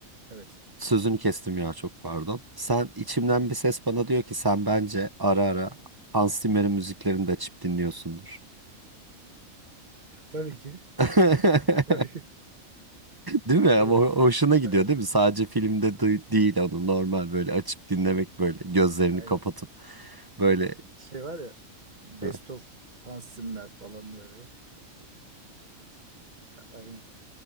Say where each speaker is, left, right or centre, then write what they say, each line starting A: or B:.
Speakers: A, on the right; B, on the right.
A: Evet
B: Sözünü kestim ya çok pardon. Sen içimden bir ses bana diyor ki sen bence ara ara Hans Zimmer'in müziklerini de açıp dinliyorsundur.
A: Tabii ki.
B: <laughs>
A: <laughs> Tabii, ki.
B: Değil mi? Ama
A: tabii
B: ho-
A: ki.
B: hoşuna gidiyor
A: Aynen.
B: değil mi? Sadece filmde duy- değil onu normal böyle açıp dinlemek böyle gözlerini
A: Aynen.
B: kapatıp böyle.
A: Şey var ya Best
B: <laughs>
A: of Hans Zimmer falan böyle. Aynen.